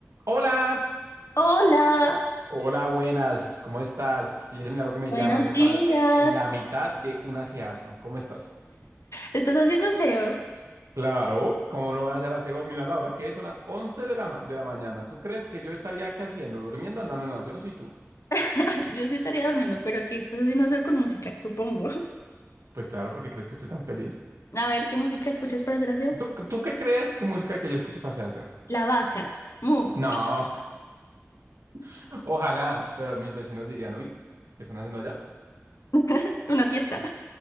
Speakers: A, on the right (about 80°); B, on the left (about 75°).
A: Hola,
B: Hola,
A: hola, buenas, ¿cómo estás? Y es milagro que me
B: buenos
A: llamas, me
B: días.
A: paraste en la mitad de un aseazo, ¿cómo estás?
B: ¿Estás haciendo aseo?
A: Claro, ¿cómo no voy a hacer aseo? Mira la hora que es, son las 11 de la, ma- de la mañana. ¿Tú crees que yo estaría qué haciendo? ¿Durmiendo? No, no, no, yo no soy tú.
B: <laughs> Yo sí estaría durmiendo, pero ¿qué estás haciendo aseo con música? Supongo. <laughs>
A: Pues claro, porque crees que estoy tan feliz.
B: A ver, ¿qué música escuchas para hacer aseo?
A: ¿Tú, tú qué crees que música que yo escucho para hacer aseo?
B: La vaca. Mu.
A: No, <laughs> ojalá, pero mis vecinos dirían, uy, ¿qué están haciendo allá?
B: <laughs> Una fiesta.